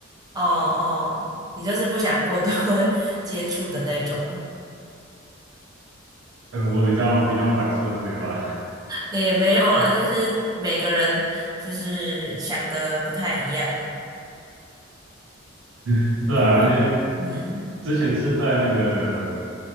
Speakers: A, on the right (about 20°); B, on the right (about 75°).
A: 哦哦，你就是不想过多 <laughs> 接触的那种。
B: 可能我比较比较反社会吧。
A: 也没有了，就是每个人就是想的不太一样。
B: <laughs> 对啊，
A: 但如果嗯
B: 因为之前是在那个